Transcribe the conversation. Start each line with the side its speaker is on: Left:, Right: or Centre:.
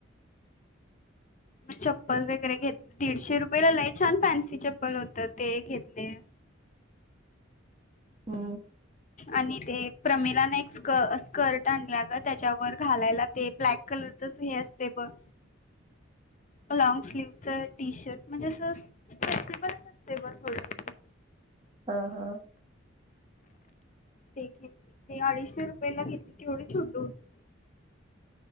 Left: मग चप्पल वगैरे घेतले दीडशे रुपयेला लाई छान फॅन्सी चप्पल होतं ते घेतले
Right: रीकाम आहे हम्म.
Left: आणि ते प्रमिलाने एक स्क स्कर्ट आणलंलं त्याच्यावर घालायला ते ब्लॅक कलरच असते बघ
Right: रीकाम आहे
Left: लॉग स्लीवच टी शर्ट म्हणजे असं फेकजेबल असतं थोडा
Right: हा हा.
Left: ते घेतली ते अडीचशे रुपयेला घेतली तेवढी छोट होती.